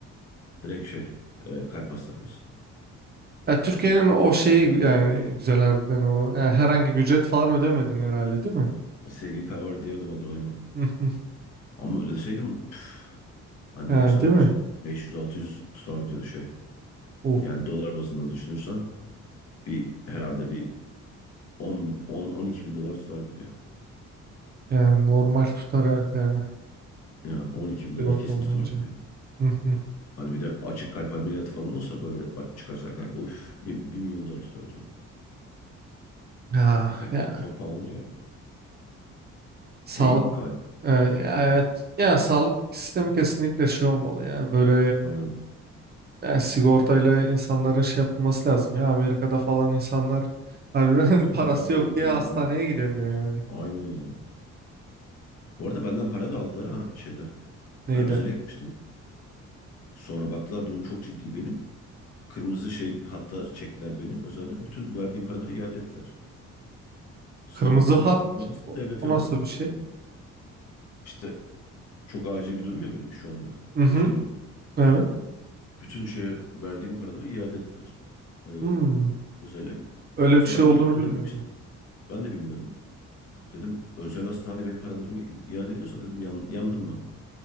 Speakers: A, on the left; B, on the right.
A: Direkt şey, e, kalp hastanesi.
B: Ya Türkiye'nin o şeyi yani güzel harbiden o. E, herhangi bir ücret falan ödemedin herhalde değil mi?
A: SG cover diye ödemedim aynen.
B: Hı hı.
A: Ama ödeseydim püf, annem
B: Yani
A: söyledi.
B: değil mi?
A: 500-600 tutar diyor şey.
B: Of.
A: Yani dolar bazında düşünürsen bir herhalde bir 10, 10 12 bin dolar tutardı diyor.
B: Yani normal tutar evet yani.
A: Ya 12 bin dolar
B: Sigorta
A: kesin
B: olmayınca.
A: tutardı diyor.
B: Hı hı.
A: Hani bir de açık kalp ameliyatı falan olsa böyle aç çıkarsa kalp of bir milyon dolar tutar o zaman.
B: Ya,
A: Kalp
B: ya.
A: çok pahalıdır ya.
B: Sağlık
A: Beyin, kalp.
B: Ee, Evet, yani sağlık sistemi kesinlikle şey olmalı yani böyle
A: Aynen.
B: e, yani sigortayla insanların şey yapılması lazım ya Amerika'da falan insanlar harbiden <laughs> parası
A: Patır patır
B: yok
A: öldü
B: diye
A: ya
B: hastaneye
A: aynen.
B: gidemiyor yani
A: Aynen ya. Bu arada benden para da aldılar ha şeyde.
B: neydi
A: Ben özele gitmiştim. Sonra baktılar durum çok ciddi benim. Kırmızı şey hatta çektiler beni özelde. Bütün verdiğim paraları iade ettiler. Sonra
B: kırmızı
A: beni
B: hat
A: ambulansla
B: o,
A: devlete
B: o
A: yolladılar.
B: nasıl bir şey?
A: İşte çok acil bir durum ya benim şu anda
B: Hı hı,
A: yaşadığım.
B: evet
A: Bütün şeye verdiğim paraları iade ettiler. Ee,
B: Hmm,
A: özele.
B: öyle
A: Yoksa
B: bir şey
A: ben
B: olduğunu
A: de ilk özele
B: bilmiyordum.
A: gitmiştim. Ben de bilmiyordum. Dedim özel hastane benim paralarımı i- iade ediyorsa dedim yan- yandım ben.